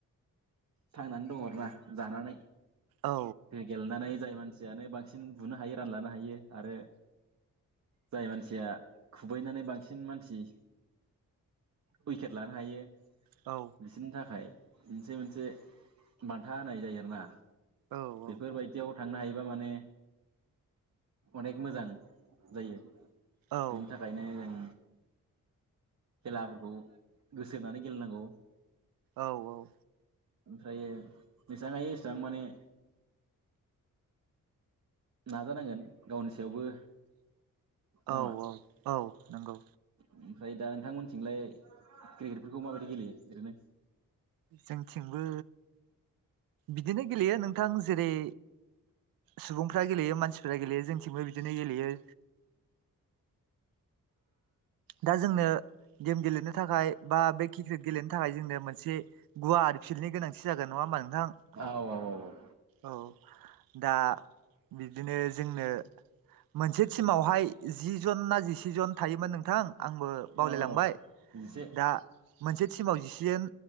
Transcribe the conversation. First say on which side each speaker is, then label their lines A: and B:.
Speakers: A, on the right; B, on the right.
A: थांनानै दङ' आरोना जानानै
B: औ
A: गेलेनानै जाय मान सियानो बांसिन बुनो हायो रानलानो हायो आरो जाय मानसिया खुबैनानै बांसिन मानसि उइकेट लानो हायो।
B: औ
A: बिसोरनि थाखाय एसे मोनसे बान्था होनाय जायो आरोना
B: औ औ
A: बेफोरबायदियाव थांनो हायोबा माने अनेक मोजां जायो।
B: औ
A: बेनि थाखायनो जों खेलाफोरखौ गोसो होनानै गेलेनांगौ
B: औ औ
A: ओमफ्रायो जेसां हायो एसां माने नाजानांगोन गावनि सायावबो नामा
B: औ औ औ नंगौ
A: ओमफ्राय दा नोंथांमोनथिंलाय क्रिकेटफोरखौ माबायदि गेलेयो बिदिनो
B: जोंथिंबो बिदिनो गेलेयो नोंथां जेरै सुबुंफ्रा गेलेयो मानसिफ्रा गेलेयो जोंथिंबो बिदिनो गेलेयो दा जोंनो गेम गेलेनो थाखाय बा बे क्रिकेट गेलेनो थाखाय जोंनो मोनसे गुवार फिल्डनि गोनांथि जागोन नङा होमा नोंथां।
A: औ औ औ
B: औ दा बिदिनो जोंनो मोनसे टिमावहाय जि जन ना जिसेजन थायोमोन नोंथां आंबो बावलायलांबाय
A: औ औ जिसे
B: दा मोनसे टिमाव जिसेजन